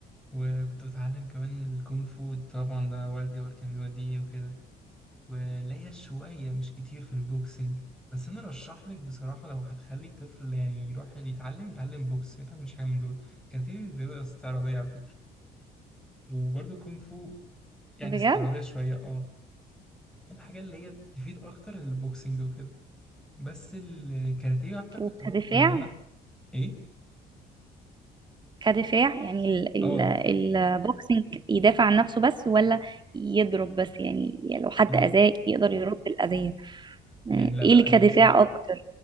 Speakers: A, in the centre; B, on the right.
A: وكنت بتعلم كمان الكونغ فو طبعا ده والدي هو اللي كان بيوديني وكده وليا شويه مش كتير في البوكسنج بس انا رشح لك بصراحه لو هتخلي الطفل يعني يروح يتعلم يتعلم بوكس ما يتعلمش حاجه من دول كاراتيه رياضه استعراضيه على فكره وبرضه كونغ فو يعني
B: بجد
A: استعراضية شوية اه الحاجة اللي هي تفيد أكتر البوكسنج وكده بس الكاراتيه أعتقد
B: وكدفاع
A: تبقى- يعني أنا إيه؟
B: كدفاع يعني ال... ال...
A: آه آه
B: البوكسينج يدافع عن نفسه بس ولا يضرب بس يعني, يعني لو حد
A: لا
B: أذاه يقدر يرد الأذية يعني
A: يعني لا
B: ايه
A: لا
B: اللي
A: لا،
B: كدفاع
A: هي بصراحة
B: اكتر